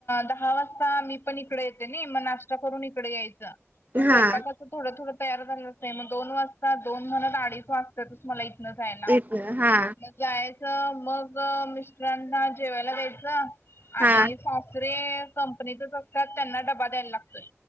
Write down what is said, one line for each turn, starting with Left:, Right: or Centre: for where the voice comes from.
Left: दहा वाजता मी पण इकडे येते नाही मग नाश्ता करून इकडे यायचं मग स्वयपाकाचं
Right: हा
Left: थोडं थोडं तयार झालंच नाही मग दोन वाजता दोन म्हणत अडीच वाजता मला न जायला
Right: इथन हा
Left: मग जायचं मग मिस्टरांना जेवायला द्यायचं
Right: हा
Left: आणि सॉफरे कंपनीतच असतात त्यांना डबा द्यायला लागतोय